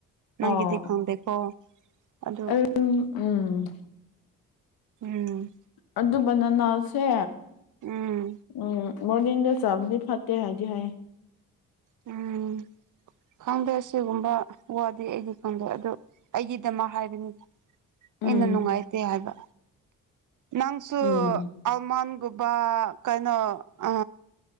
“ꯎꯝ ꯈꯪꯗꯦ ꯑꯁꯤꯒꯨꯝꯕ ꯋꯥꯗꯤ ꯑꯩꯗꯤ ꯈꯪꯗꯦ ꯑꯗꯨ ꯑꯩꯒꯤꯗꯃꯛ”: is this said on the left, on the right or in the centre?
Right